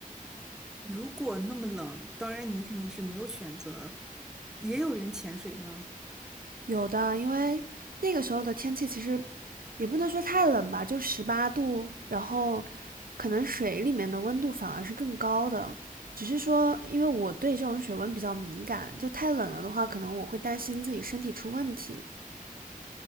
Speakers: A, in the centre; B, on the right.
A: 如果那么冷，当然你肯定是没有选择。也有人潜水吗？
B: 有的，因为那个时候的天气其实也不能说太冷吧，就十八度，然后可能水里面的温度反而是更高的。只是说，因为我对这种水温比较敏感，就太冷了的话，可能我会担心自己身体出问题。